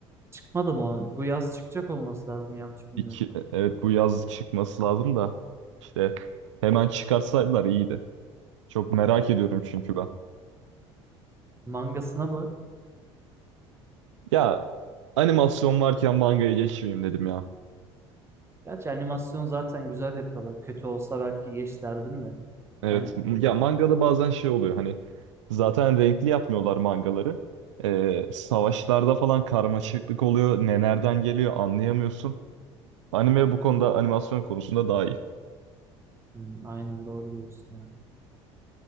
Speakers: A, on the right; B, on the right.
A: Çıkmadı mı o? Bu yaz çıkacak olması lazım yanlış bilmiyorsam.
B: İki, e, evet bu yaz çıkması lazım da. işte hemen çıkarsaydılar iyiydi. Çok merak ediyorum çünkü ben.
A: Mangasına bak.
B: Ya animasyon varken mangaya geçmeyeyim dedim ya.
A: Gerçi animasyon zaten güzel yapıyorlar. Kötü olsa belki geç derdim de.
B: Evet
A: hani
B: m- ya mangada bazen şey oluyor hani zaten renkli yapmıyorlar mangaları. Ee, savaşlarda falan karmaşıklık oluyor. Ne nereden geliyor anlayamıyorsun. Anime bu konuda animasyon konusunda daha iyi.
A: Hmm, aynen doğru diyorsun ya.